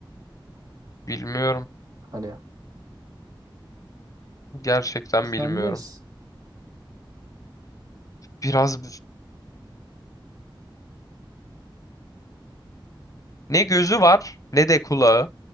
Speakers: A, on the left (about 40°); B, on the right (about 45°).
A: Bilmiyorum.
B: Hani
A: Gerçekten
B: sen
A: bilmiyorum.
B: ne s-
A: Biraz ne gözü var ne de kulağı.